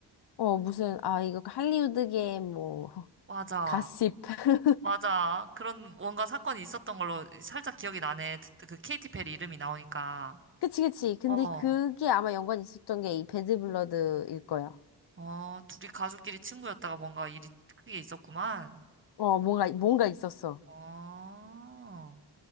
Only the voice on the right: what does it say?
맞아.
맞아. 그런 뭔가 사건이 있었던 걸로 살짝 기억이 나네. 그, 그 케이티 페리 이름이 나오니까.
어,
어, 둘이 가족끼리 친구였다가 뭔가 일이 크게 있었구만.
어,